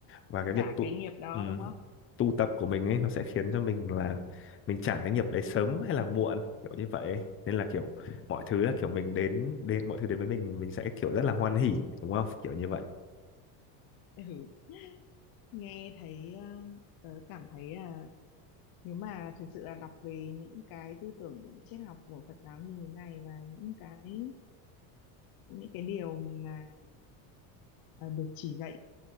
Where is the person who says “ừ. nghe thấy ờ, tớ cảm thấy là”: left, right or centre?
Left